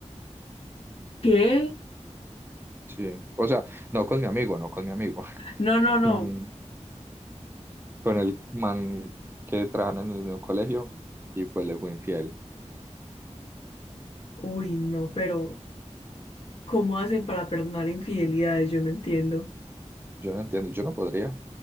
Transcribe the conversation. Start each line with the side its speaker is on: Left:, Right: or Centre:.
Left: ¿Qué?
Right: Sí, o sea, no con mi amigo, no con mi amigo, <laughs>
Left: No, no,
Right: con,
Left: no.
Right: con el man que trabaja en el mismo colegio y pues le fue infiel.
Left: Uy, no, pero ¿cómo hacen para perdonar infidelidades? Yo no entiendo.
Right: Yo no entiendo, yo no podría.